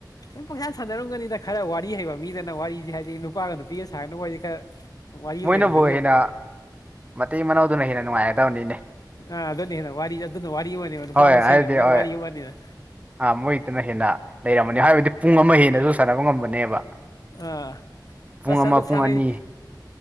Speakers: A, on the left; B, on the right.
A: ꯑꯗꯨꯝ ꯄꯪꯁꯥꯥꯟ ꯁꯥꯟꯅꯔꯝꯒꯅꯤꯗ ꯈꯔ ꯋꯥꯔꯤ ꯍꯩꯕ ꯃꯤꯗꯅ ꯋꯥꯔꯤꯖꯦ ꯍꯥꯏꯗꯤ ꯅꯨꯄꯥꯒ ꯅꯨꯄꯤꯒ ꯁꯥꯡꯅꯅꯕ ꯋꯥꯔꯤꯁꯦ ꯈꯔ ꯋꯥꯔꯤ ꯑꯃ
B: ꯃꯣꯏꯅꯕꯨ
A: ꯂꯩꯔꯝꯒꯅꯦꯕ
B: ꯍꯦꯟꯅ ꯃꯇꯩ ꯃꯅꯥꯎꯗꯨꯅ ꯍꯦꯟꯅ ꯅꯨꯡꯉꯥꯏꯔꯗꯧꯅꯤꯅꯦ
A: ꯑꯥ ꯑꯗꯨꯅꯦ ꯍꯦꯟꯅ ꯋꯥꯔꯤ ꯑꯗꯨꯅ ꯋꯥꯔꯤ ꯑꯣꯏꯅꯦꯕ ꯅꯨꯄꯥ
B: ꯍꯣꯏ
A: ꯃꯁꯦꯟꯒꯤꯗꯨꯅ
B: ꯍꯥꯏꯕꯗꯤ ꯍꯣꯏ
A: ꯋꯥꯔꯤ ꯑꯃꯅꯦꯅ
B: ꯑꯥ ꯃꯣꯏꯗꯨꯅ ꯍꯦꯟꯅ ꯂꯩꯔꯝꯃꯅꯤ ꯍꯥꯏꯕꯗꯤ ꯄꯨꯡ ꯑꯃ ꯍꯦꯟꯅꯁꯨ ꯁꯥꯟꯅꯕ ꯉꯝꯕꯅꯦꯕ
A: ꯑ
B: ꯄꯨꯡ
A: ꯑꯁ
B: ꯑꯃ
A: ꯑꯗꯨ
B: ꯄꯨꯡ
A: ꯁꯥꯅꯩ
B: ꯑꯅꯤ